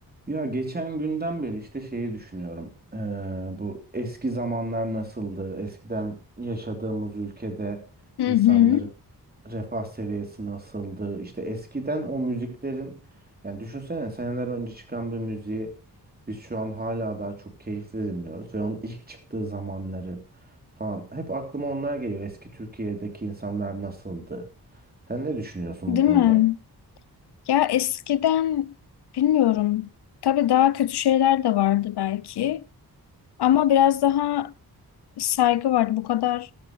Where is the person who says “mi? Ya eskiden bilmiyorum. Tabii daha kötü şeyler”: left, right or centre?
Left